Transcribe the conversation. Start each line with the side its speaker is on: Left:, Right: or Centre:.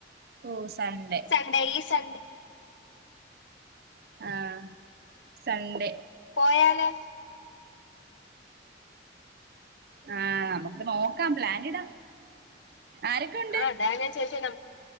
Right: ഓഹ് സൺഡേ
Left: <unintelligible> സൺഡേ
Right: ആഹ് സൺഡേ
Left: പോയാലോ
Right: ആഹ് നമുക്ക് നോക്കാം പ്ലാനിടാം ആരൊക്കെ ഉണ്ട്
Left: ആഹ് അതാ ഞാൻ ചോയ്ച്ചേ ഞ